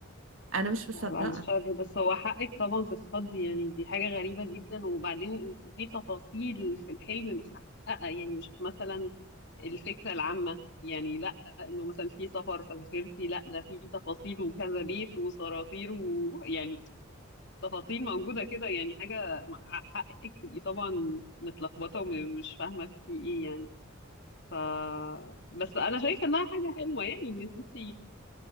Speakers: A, on the right; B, on the left.
A: انا مش مصدقه
B: بعد الشر بس هو حقك طبعا تتخضي يعني دي حاجة غريبة جدا وبعدين انت في تفاصيل في الحلم متحققة يعني مش مثلا الفكرة العامة يعني لا انه مثلا في سفر فسافرتي لا ده في تفاصيل وكذا بيت وصراطير ويعني تفاصيل موجودة كده يعني حاجة مع حقك تبقي طبعا متلخبطة ومش فاهمة في ايه يعني ف بس انا شايفة انها حاجة حلوة يعني ان انت